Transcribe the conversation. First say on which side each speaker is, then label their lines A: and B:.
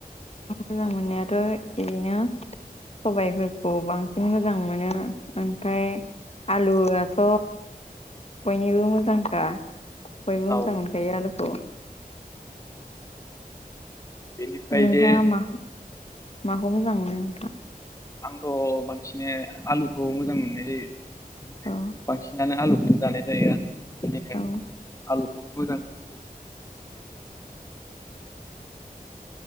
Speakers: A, on the left (about 40°); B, on the left (about 20°).
A: मोजां मोननायाथ' एरैनो सबायाइफोरखौ बांसिन मोजां मोनो ओमफ्राय आलुआथ' बयनिबो मोजांखा बयबो
B: औ
A: मोजां मोनखायो आलुखौ
B: बेनिफ्राय
A: नोंथाङा
B: जे
A: मा माखौ मोजां मोनो?
B: आंथ' बांसिनै आलुखौ मोजां मोननाय जायो।
A: औ
B: बांसिनानो आलुखौ जानाय जायो आरो बिदिनो
A: औ
B: आलुखौनो मोजां मोननाय जायो।